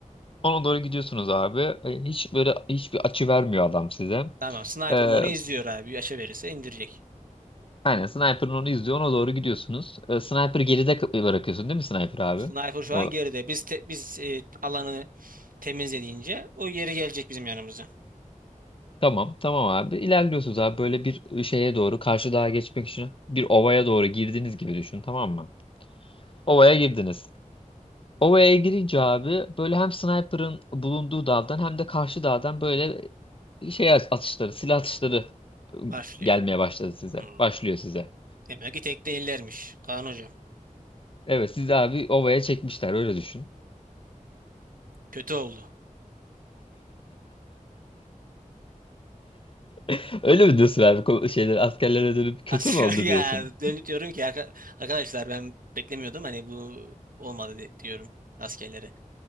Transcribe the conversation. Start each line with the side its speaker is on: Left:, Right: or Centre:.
Left: Ona doğru gidiyorsunuz abi. E, Hiç böyle hiçbir açı vermiyor adam size.
Right: Tamam. Sniper'ım
Left: E,
Right: onu izliyor abi. Bir aşağı verirse indirecek.
Left: aynen sniper'ın onu izliyor. Ona doğru gidiyorsunuz. E, sniper geride k- bırakıyorsun değil mi sniper abi?
Right: Sniper şu
Left: O
Right: an geride. Biz te- biz e, alanı temizlediğince o geri gelecek bizim yanımıza.
Left: Tamam, tamam abi. İlerliyorsunuz abi böyle bir şeye doğru karşı dağa geçmek için bir ovaya doğru girdiğiniz gibi düşün tamam mı? Ovaya girdiniz. Ovaya girince abi böyle hem sniper'ın bulunduğu dağdan hem de karşı dağdan böyle şey atışları, silah atışları ıı,
Right: Başlıyor.
Left: gelmeye başladı size.
Right: Hmm.
Left: Başlıyor size.
Right: Demek ki tek değillermiş. Kaan hocam.
Left: Evet sizi abi ovaya çekmişler öyle düşün.
Right: Kötü oldu.
Left: <laughs> Öyle mi diyorsun abi ko- şeyler askerlere dönüp kötü
Right: As-
Left: mü oldu
Right: <laughs> ya
Left: diyorsun?
Right: dönüp diyorum ki arka- arkadaşlar ben beklemiyordum. Hani bu olmadı de- diyorum askerlere.